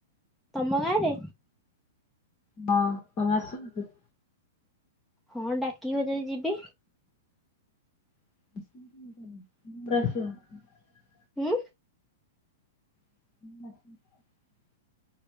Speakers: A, in the centre; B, on the left (about 35°).
A: ତମ ଗାଁରେ?
B: ହଁ <unintelligible>
A: ହଁ ଡାକିବ ଯଦି ଯିବି।
B: <inaudible>
A: ହମ୍ଁ?
B: <unintelligible>